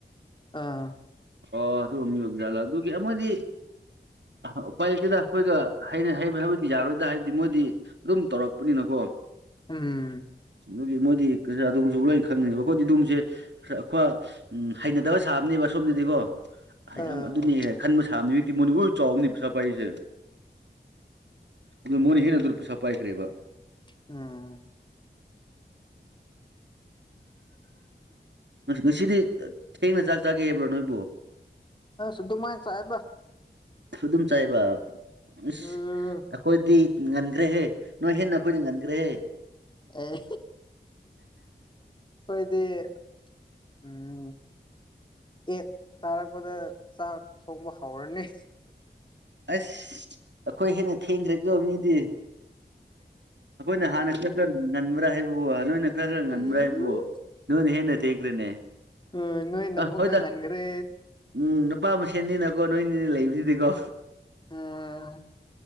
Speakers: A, on the left; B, on the right.
A: ꯑꯥ
B: ꯑꯣ ꯑꯗꯨ ꯑꯃ ꯌꯕꯔꯥꯠꯂ ꯑꯗꯨꯒꯤ ꯑꯃꯗꯤꯗꯤ ꯑ ꯎꯄꯥꯏ ꯂꯩꯛꯇꯦꯗ ꯑꯩꯈꯣꯏꯒꯩꯅ ꯍꯩꯕ ꯍꯥꯏꯕꯗꯤ ꯌꯥꯔꯣꯏꯗ ꯍꯥꯏꯕꯗꯤ ꯃꯣꯏꯗꯤ ꯑꯗꯨꯝ ꯇꯧꯔꯛꯄꯅꯤꯅꯀꯣ
A: ꯎꯝ
B: ꯑꯗꯨꯒꯤ ꯃꯣꯏꯗꯤ ꯑꯗꯨꯒꯕꯁꯨ ꯂꯣꯏ ꯈꯪꯅꯤꯡꯅꯦꯕ ꯑꯩꯈꯣꯏꯗꯤ ꯑꯗꯨꯒꯕꯁꯦ ꯑꯩꯈꯣꯏ ꯎ ꯍꯩꯅꯗꯕ ꯁꯥꯕꯅꯦꯕ ꯑꯁꯣꯝꯗꯗꯤꯀꯣ
A: ꯑꯥ
B: ꯌꯥꯝ ꯑꯗꯨꯅꯤ ꯈꯟꯕ ꯁꯥꯕꯅꯤ ꯍꯧꯖꯤꯛꯇꯤ ꯃꯅꯤꯕꯨ ꯆꯥꯎꯕꯅꯤ ꯄꯩꯁꯥ ꯄꯥꯏꯔꯤꯁꯦ ꯑꯗꯨ ꯃꯣꯏꯅ ꯍꯦꯟꯅ ꯑꯗꯨ ꯄꯩꯁꯥ ꯄꯥꯏꯈ꯭ꯔꯦꯕ
A: ꯎꯝ
B: ꯉꯁꯤꯗꯤ ꯊꯦꯡꯅ ꯆꯥꯛ ꯆꯥꯒꯦ ꯍꯥꯏꯕ꯭ꯔꯣ ꯅꯣꯏꯕꯨ
A: ꯑꯁꯨꯗꯣ ꯃꯥꯏ ꯆꯦꯕ
B: ꯑꯗꯨꯝ ꯆꯥꯏꯕ ꯑꯩꯈꯣꯏꯗꯤ
A: ꯎꯝ
B: ꯉꯟꯈ꯭ꯔꯦꯍꯦ ꯅꯣꯏ ꯍꯦꯟꯅ ꯑꯩꯈꯣꯏꯅ ꯉꯟꯈ꯭ꯔꯦꯍꯦ
A: ꯑꯦ ꯑꯩꯣꯏꯗꯤ ꯎꯝ ꯑꯦꯠ ꯇꯥꯔꯛꯄꯗ ꯆꯥꯛ ꯊꯣꯡꯕ ꯍꯧꯔꯅꯤ
B: ꯑꯁ ꯑꯩꯈꯣꯏ ꯍꯦꯟꯅ ꯊꯦꯡꯈ꯭ꯔꯀꯣ ꯃꯤꯗꯤ ꯑꯩꯈꯣꯏꯅ ꯍꯥꯟꯅ ꯈꯔ ꯈꯔ ꯉ ꯅꯟꯕ꯭ꯔꯥ ꯍꯥꯏꯕꯕꯨ ꯅꯣꯏꯅ ꯈꯖ ꯉꯟꯕ꯭ꯔ
A: ꯎꯝ
B: ꯏꯕꯨ ꯅꯣꯏꯅ ꯍꯦꯟꯅ ꯊꯦꯡꯈ꯭ꯔꯦꯅꯦ
A: ꯎꯝ ꯅꯣꯏꯟ ꯇꯃꯨ
B: ꯍꯣꯏꯗ
A: ꯀꯪ ꯉꯟꯈ꯭ꯔꯦ
B: ꯎꯝ ꯅꯨꯄꯥ ꯃꯁꯦꯟꯅꯤꯅꯀꯣ ꯅꯣꯏꯅꯤꯅ ꯂꯩꯗꯨꯗꯤꯀꯣ
A: ꯑꯣꯝ